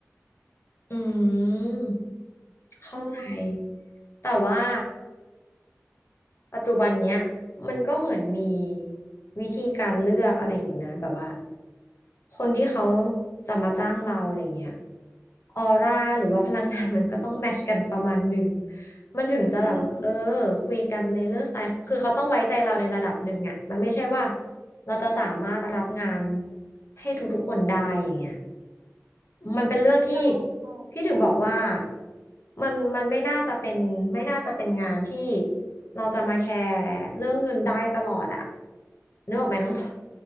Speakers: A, on the left; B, on the right.
A: อืม เข้าใจ
B: ใช่
A: แต่ว่าปัจจุบันเนี้ยมันก็เหมือนมีวิธีการเลือกอะไรอยู่นะแบบว่าคนที่เขาจะมาจ้างเราอะไรเงี้ยออร่าหรือว่าพลังงาน <laughs> มันก็ต้องแมชกันประมาณหนึ่งมันถึงจะแบบว่าเออ
B: ใช่
A: คุยกันในเรื่องสไตล์คือเขาต้องไว้ใจเราในระดับหนึ่งอ่ะมันไม่ใช่ว่า เราจะสามารถรับงานให้ทุกๆคนได้อย่างเงี้ยมันเป็นเรื่องที่
B: ใช่ใช่
A: พี่ถึงบอกว่ามันมันไม่น่าจะเป็นไม่น่าจะเป็นงานที่เราจะมาแคร์เรื่องเงินได้ตลอดอะนึกออกไหมน้อง <laughs> ตอ